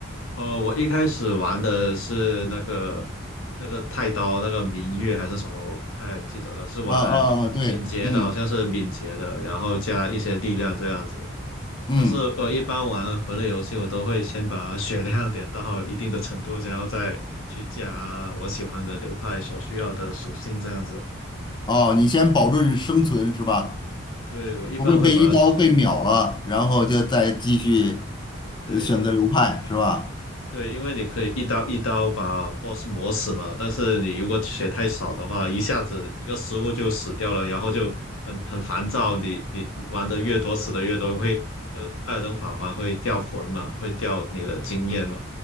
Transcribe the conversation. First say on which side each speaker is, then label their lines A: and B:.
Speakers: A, on the left; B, on the left.
A: 呃，我一开始玩的是那个那个太刀，那个明月还是什么，我不太记得了，是玩敏捷的，
B: 啊啊啊，对，嗯
A: 好像是敏捷的，然后加一些力量这样子。
B: 嗯，
A: 但是我一般玩魂类游戏，我都会先把血量点到一定的程度，然后再去加我喜欢的流派所需要的属性，这样子。
B: 哦，你先保证生存是吧？
A: 对，我一般会把它，
B: 不会被一刀被秒了，然后就再继续
A: 对，
B: 呃选择流派是吧？
A: 对，因为你可以一刀一刀把 boss 磨死嘛，但是你如果血太少的话，一下子一个失误就死掉了，然后就很很烦躁。你你玩的越多，死的越多，会那个艾尔登法环会掉魂嘛，会掉你的经验嘛，